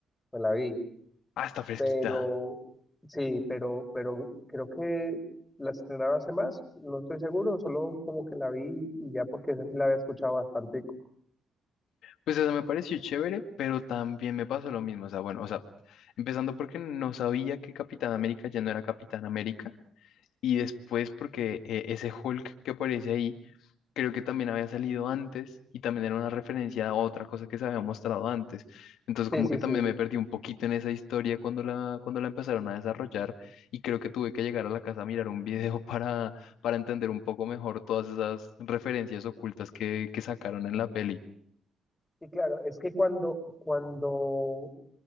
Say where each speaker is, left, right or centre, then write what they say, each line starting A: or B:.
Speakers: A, on the left (about 15°); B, on the left (about 80°).
A: me la vi,
B: ah, está fresquita.
A: pero sí, pero, pero creo que la estrenaron hace más, no estoy seguro, solo como que la vi y ya porque esa sí la había escuchado bastante.
B: Pues eso me pareció chévere, pero también me pasó lo mismo. O sea, bueno, o sea, empezando porque no sabía que Capitán América ya no era Capitán América. Y después porque eh, ese Hulk que aparece ahí. creo que también había salido antes y también era una referencia a otra cosa que se había mostrado antes. Entonces
A: Sí,
B: como
A: sí,
B: que también
A: sí.
B: me perdí un poquito en esa historia cuando la, cuando la empezaron a desarrollar y creo que tuve que llegar a la casa a mirar un <laughs> video para, para entender un poco mejor todas esas referencias ocultas que, que sacaron en la peli.
A: Sí, claro, es que cuando, cuando,